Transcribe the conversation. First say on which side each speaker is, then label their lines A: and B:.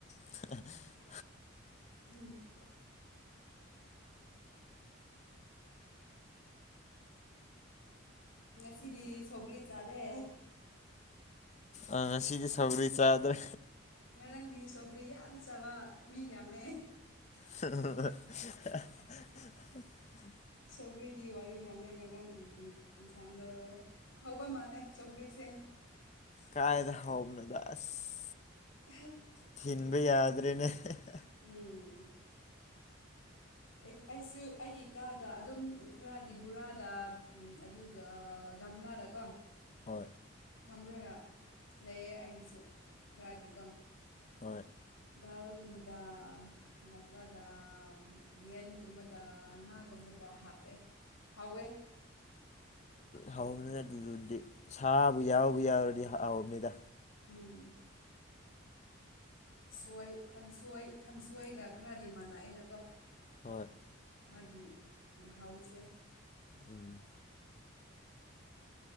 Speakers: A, on the left (about 35°); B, on the left (about 85°).
A: <unintelligible>
B: ꯎꯝ ꯉꯁꯤꯗꯤ ꯁꯧꯒ꯭ꯔꯤ ꯆꯥꯗꯦ
A: ꯑꯥ ꯉꯁꯤꯗꯤ ꯁꯧꯒꯔꯤ ꯆꯥꯗ꯭ꯔꯦ
B: ꯉꯔꯥꯡꯗꯤ ꯁꯣꯒꯔ꯭ꯤ ꯌꯥꯝ ꯆꯥꯕ ꯃꯤ ꯌꯥꯝꯃꯦ
A: <unintelligible> <unintelligible>
B: ꯁꯧꯒꯔꯤꯒꯤ ꯋꯥꯔꯤ ꯌꯥꯝꯃꯦ ꯉꯔꯥꯡꯗꯤ ꯏꯟꯁꯥꯡꯗ ꯍꯧꯕ ꯃꯥꯂꯦ ꯆꯧꯒꯔꯤꯁꯦ
A: ꯀꯥꯏꯗ ꯍꯥꯎꯕꯅꯣꯗ ꯑꯁ
B: ꯑꯍ
A: ꯊꯤꯟꯕ ꯌꯥꯗ꯭ꯔꯦꯅꯦ ꯍꯦꯍꯦ
B: ꯎꯝ ꯑꯩ ꯑꯩꯁꯨ ꯑꯩꯒꯤ ꯀꯥꯗ ꯑꯗꯨꯝ ꯈꯔꯗꯤ ꯕꯨꯔꯥꯗ ꯎꯝ ꯑꯗꯨ ꯑ ꯒꯝꯂꯥꯗꯀꯣ
A: ꯍ
B: ꯊꯝꯕ꯭ꯔꯒ ꯂꯩꯌꯦ ꯑꯩꯒꯤꯁꯨ ꯈꯔꯗꯤꯀꯣ
A: ꯍꯣꯏ
B: ꯗꯥꯎꯒꯨꯝꯕꯗꯥ ꯅꯠꯇ꯭ꯔꯒ ꯌꯦꯟꯒꯨꯝꯕꯗ ꯉꯥꯒꯨꯝꯕꯗ ꯍꯥꯞꯑꯦ ꯍꯥꯎꯋꯦ
A: ꯍꯥꯎꯅꯦ ꯑꯗꯨꯗꯨꯗꯤ ꯁꯥꯥꯕꯨ ꯌꯥꯎꯕꯨ ꯌꯥꯎꯔꯗꯤ ꯍꯥꯎꯅꯤꯗ
B: ꯎꯝ ꯁꯣꯏ ꯈꯪꯁꯣꯏ ꯈꯪꯁꯣꯏꯒ ꯈꯔꯗꯤ ꯃꯥꯟꯅꯩꯅꯀꯣ
A: ꯍꯣꯏ
B: ꯃꯥꯒꯤ ꯃꯍꯥꯎꯁꯦ
A: ꯎꯝ